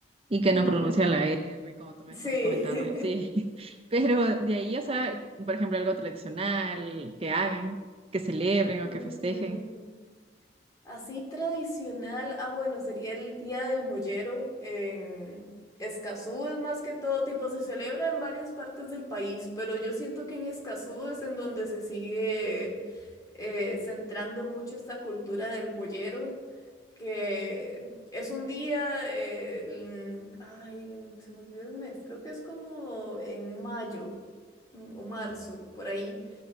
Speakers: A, on the right; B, on the left.
A: y que
B: ujú,
A: no pronuncian la R, como tú me
B: sí.
A: estabas comentando, y así.
B: <laughs>
A: <laughs> Pero de ahí, o sea, por ejemplo, algo tradicional que hagan, que celebren o
B: Mm.
A: que festejen.
B: Así tradicional, ah bueno, sería el Día del Mollero en Escazú, es más que todo tipo, se celebra en varias partes del país, pero yo siento que en Escazú es en donde se sigue eh, centrando mucho esta cultura del mollero, que es un día, eh, en- ay, se me olvidó el mes, creo que es como en mayo mm, o marzo, por ahí